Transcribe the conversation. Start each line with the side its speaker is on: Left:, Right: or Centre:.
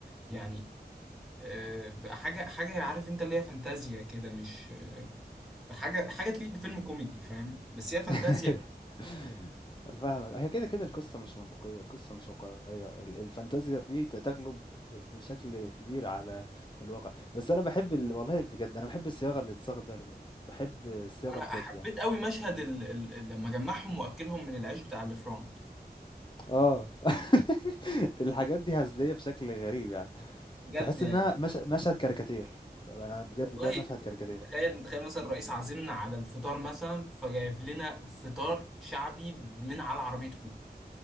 Centre: يعني آه، بقى حاجة حاجة عارف أنت اللي هي فانتازيا كده مش آه، حاجة حاجة تليق بفيلم كوميدي فاهم بس هي فانتازيا
Left: <laughs> فاهمك هي كده كده القصة مش منطقية القصة مش واقعية ال- الفانتازيا فيه ت- تغلب ب- بشكل كبير على الواقع بس أنا بحب ال... والله بجد أنا بحب الصياغة اللي اتصاغت بيها الأمور بحب الصياغة
Centre: انا
Left: بجد
Centre: حبيت
Left: يعني
Centre: قوي مشهد ال... ال... لما جمعهم واكلهم من العيش بتاع الفران
Left: اه <laughs> الحاجات دي هزلية بشكل غريب يعني
Centre: بجد
Left: تحس
Centre: يعني
Left: إنها مش مشهد كاريكاتير، أنا بجد
Centre: والله
Left: ده مشهد
Centre: انت
Left: كاريكاتير
Centre: متخيل متخيل مثلا الرئيس عازمنا على الفطار مثلا فجايب لنا فطار شعبي من على عربية فول